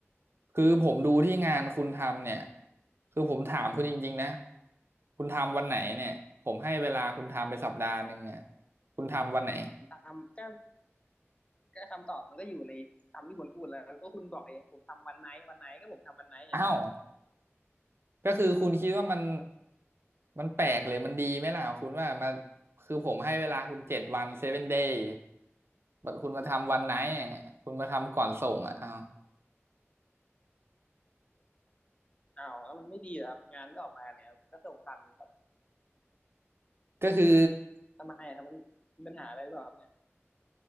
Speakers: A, on the right; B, on the left.
A: คือผมดูที่งานคุณทำเนี่ยคือผมถามคุณจริงๆนะคุณทำวันไหนเนี่ยผมให้เวลาคุณทำไปสัปดาห์หนึ่งเนี่ยคุณทำวันไหน
B: ผมทำก็ก็คำตอบมันก็อยู่ในคำที่คุณพูดแล้วก็คุณบอกเองผมทำวันไหนวันไหนก็ผมทำวันไหนอะครับ
A: อ้าวก็คือคุณคิดว่ามันมันแปลกหรือมันดีไหมล่ะคุณว่ามาคือผมให้เวลาคุณเจ็ดวันเซเว่นเดย์คุณมาทำวันไหนอะคุณมาทำก่อนส่งอ่ะอ้าว
B: อ้าวแล้วมันไม่ดีเหรอครับงานก็ออกมาเนี่ยครับก็ส่งทันนี่ครับ
A: ก็คือ
B: ทำไมอะครับมันมีปัญหาอะไรหรือเปล่าครับเนี่ย